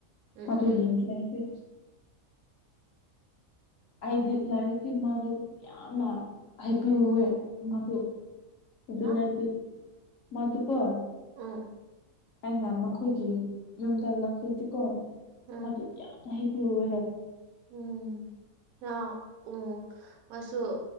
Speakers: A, on the right (about 80°); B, on the left (about 70°).
A: ꯎꯝ
B: ꯃꯗꯨ
A: ꯎꯝ ꯎꯝ
B: ꯌꯦ ꯍꯥꯏꯥꯏꯦ ꯑꯩꯗꯤ ꯂꯥꯏꯔꯤꯛꯇꯤ ꯃꯥꯗꯨ ꯌꯥꯝꯅ ꯍꯥꯏꯦꯞꯄꯤ ꯑꯣꯏꯑꯦ ꯃꯥꯗꯨ ꯑꯗꯨꯅꯥꯏꯗꯤ
A: ꯍꯥ
B: ꯃꯗꯨꯀꯣ
A: ꯑꯥ
B: ꯑꯩꯅ ꯃꯈꯣꯏꯒꯤ ꯌꯨꯝꯗ ꯂꯥꯛꯆꯗꯗꯤꯀꯣ
A: ꯎꯝ
B: ꯃꯗꯨ ꯌꯥꯝꯅ ꯍꯥꯏꯄꯤ ꯑꯣꯏꯔꯦ
A: ꯎꯝ ꯍ ꯎꯝ ꯃꯥꯁꯨ